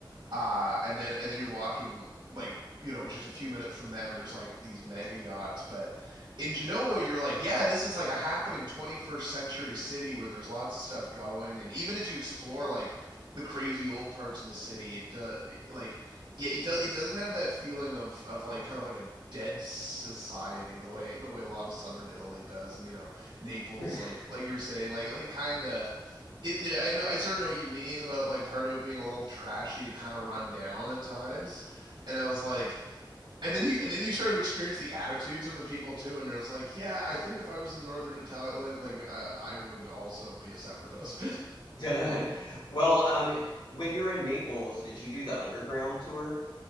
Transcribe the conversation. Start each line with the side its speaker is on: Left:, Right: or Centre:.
Right: uh, and then and then you're walking like you know just a few minutes from them. There's like these mega yachts, but in Genoa, you're like, yeah, this is like a happening 21st century city where there's lots of stuff going, and even as you explore like the crazy old parts of the city, it uh, like yeah, it does it doesn't have that feeling of of like kind of like a dead society the way the way a lot of southern Italy does, and you know Naples,
Left: <laughs>
Right: like like you were saying, like like kind of it, I know. I sort of know what you mean about it, like part of it being a little trashy, kind of run down at times. And I was like, and then you, and then you sort of experience the attitudes of the people too. And you're just like, yeah, I think if I was in Northern Italy, like I, I would also be a separatist.
Left: <laughs> Duh. Well, um, when you were in Naples, did you do the underground tour?